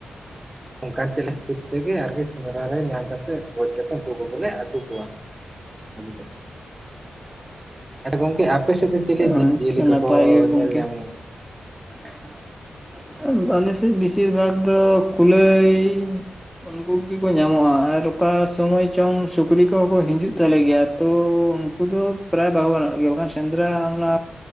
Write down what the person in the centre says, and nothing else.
ᱟᱪᱪᱷᱟ
ᱱᱟᱯᱟᱭ ᱜᱮ ᱜᱚᱝᱠᱮ
<inaudible> ᱟᱞᱮ ᱥᱮᱫ ᱵᱮᱥᱤᱨ ᱵᱷᱟᱜᱽ ᱫᱚ ᱠᱩᱞᱟᱹᱭᱼᱼ ᱩᱱᱠᱩᱜᱮ ᱠᱚ ᱧᱟᱢᱚᱜᱼᱟ, ᱟᱨ ᱚᱠᱟ ᱥᱚᱢᱚᱭ ᱪᱚᱝ ᱥᱩᱠᱨᱤ ᱠᱚᱦᱚᱸ ᱠᱚ ᱦᱤᱡᱩᱜ ᱛᱟᱞᱮ ᱜᱮᱭᱟ ᱾ ᱛᱚᱼᱼ ᱩᱱᱠᱩ ᱫᱚ ᱯᱨᱟᱭ ᱵᱟᱠᱚ ᱜᱟᱱᱚᱜ ᱜᱮᱭᱟ, ᱵᱟᱝᱠᱷᱟᱱ ᱥᱮᱸᱫᱽᱨᱟ ᱚᱱᱟᱼᱼ